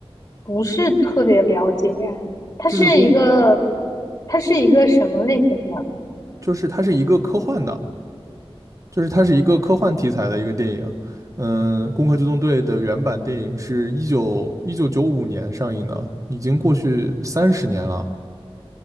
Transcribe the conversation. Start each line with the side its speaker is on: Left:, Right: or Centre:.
Left: 不是特别了解，它是一个，
Right: 就是攻，
Left: 它是一个什么类型的？
Right: 就是它是一个科幻的，就是它是一个科幻题材的一个电影。嗯，《攻壳机动队》的原版电影是一九一九九五年上映的，已经过去三十年了。